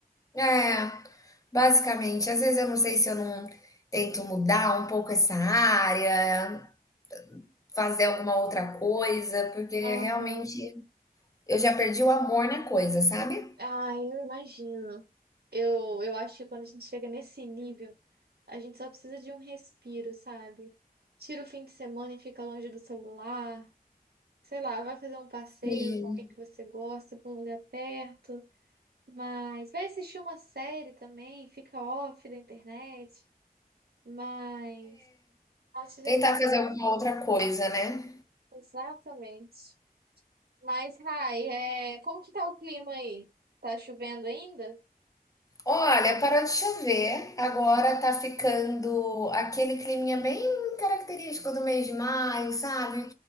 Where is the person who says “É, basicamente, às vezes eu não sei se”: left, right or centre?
Left